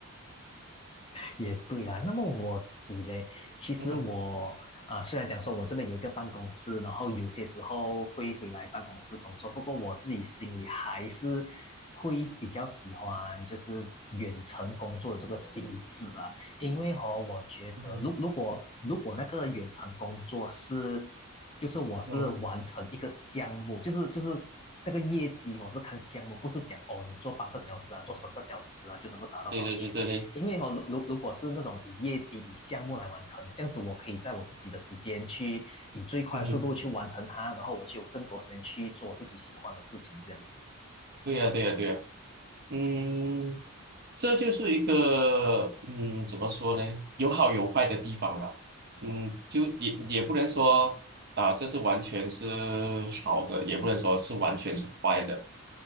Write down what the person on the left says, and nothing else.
也对啦。那么我自己嘞，其实我啊、
虽然讲说我这边有一个办公室，然后有些时候会回来办公室工作，不过我自己心里还是会比较喜欢就是远程工作的这个性质啊。因为哦，我觉得如如果如果那个远程工作是，
就是我是完成一个项目，
就是就是那个业绩我是看项目，不是讲哦你做半个小时啊，做十个小时啊就能够达到多少钱。
因为哦，如如果是那种以业绩、以项目来完成，这样子我可以在我自己的时间去以最快速度去完成它，
然后我就有更多时间去做我自己喜欢的事情，这样子。